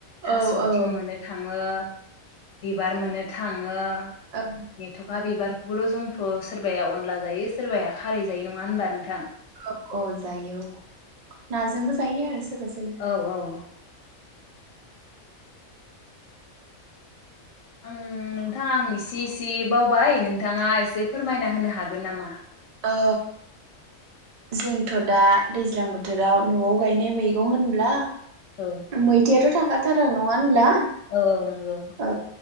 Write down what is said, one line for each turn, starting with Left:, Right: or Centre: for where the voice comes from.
Left: थास
Right: औ
Left: आथिं
Right: औ
Left: मोननो थाङो बिबार मोननो थाङो
Right: औ
Left: मेथखा बिबार <unintelligible> जोंथ सोरबाया अनला जायो सोरबाया खारै जायो नङा होनबा नोंथां?
Right: औ औ जायो औ नाजोंबो जायो आरो सोरबा सोरबा
Left: औ औ आं नोंथां आं इसे इस से बावबाय नोंथाङा एसे फोरमायना होनो हागोन नामा?
Right: औ जोंथ दा दैज्लां बोथोराव नआव गायनाय मैगं होनब्ला
Left: औ
Right: मैथायाथ था खाथारो नङा होनब्ला?
Left: औ औ नोंगौ।
Right: औ